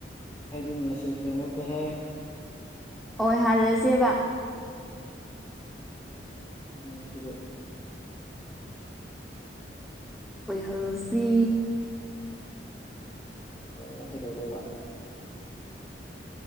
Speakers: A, on the left; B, in the centre.
A: ꯑꯩꯗꯤ ꯃꯦꯁꯤ ꯐꯦꯟ ꯅꯠꯇꯦꯍꯦ
B: ꯑꫭꯏ ꯍꯜꯂꯁꯦꯕ
A: ꯅꯪꯁꯤꯗꯤ
B: ꯑꯣꯏꯍꯜꯂꯁꯤ
A: ꯑꫭꯏꯔꯒ ꯀꯩꯗꯧꯗꯣꯏꯕ